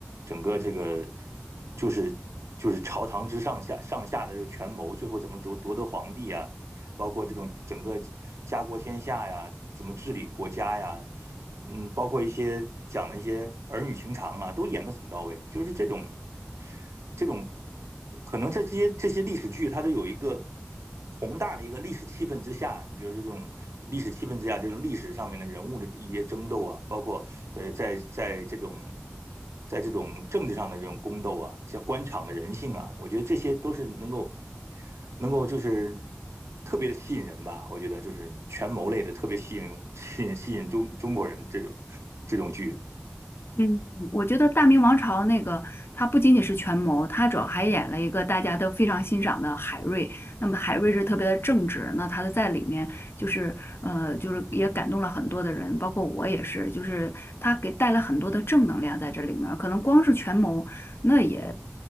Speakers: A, on the right; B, on the left.
A: 整个这个就是就是朝堂之上下上下的这个权谋，最后怎么夺夺得皇帝啊，包括这种整个家国天下呀，怎么治理国家呀，嗯，包括一些讲的一些儿女情长啊，都演得很到位，就是这种。这种可能这些这些历史剧，它都有一个宏大的一个历史气氛之下，你比如这种历史气氛之下，这种历史上面的人物的一些争斗啊，包括呃在在这种在这种政治上的这种宫斗啊，像官场的人性啊，我觉得这些都是能够能够就是特别的吸引人吧。我觉得就是权谋类的特别吸引吸引吸引中中国人这种这种剧。
B: 嗯，我觉得《大明王朝》那个，它不仅仅是权谋，它主要还演了一个大家都非常欣赏的海瑞。那么海瑞是特别的正直，那他在里面就是呃，就是也感动了很多的人，包括我也是，就是他给带了很多的正能量在这里面儿可能光是权谋，那也